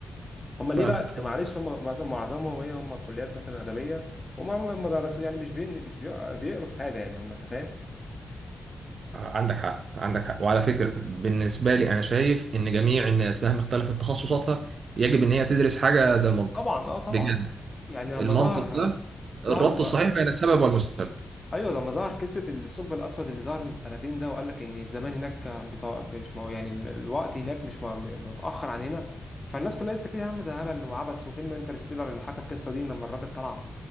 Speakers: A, on the left (about 20°); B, on the right (about 50°).
A: هم ليه
B: فاهمك
A: بقى
B: فاهمك.
A: معلش هم معظم معظمهم ايه هم كليات مثلا ادبيه وما ما درسوا يعني مش بي... مش بي- بيقروا في حاجه يعني هم انت فاهم
B: عندك حق عندك حق وعلى فكره بالنسبه لي انا شايف ان جميع الناس مهما اختلفت تخصصاتها يجب ان هي تدرس حاجه زي المنطق
A: طبعا اه طبعا
B: بجد
A: يعني لما
B: المنطق
A: ظهر
B: ده الربط
A: ظهر
B: الصحيح بين السبب والمسبب
A: ايوه لما ظهر قصه الثقب الاسود اللي ظهر من سنتين ده وقال لك ان الزمان هناك كان بتا... مش ما هو يعني ال- الوقت هناك مش ما- متاخر عن هنا فالناس كلها قالت لك ايه يا عم ده هبل وعبث وفيلم انترستيلر اللي حكى القصه دي لما الراجل طلع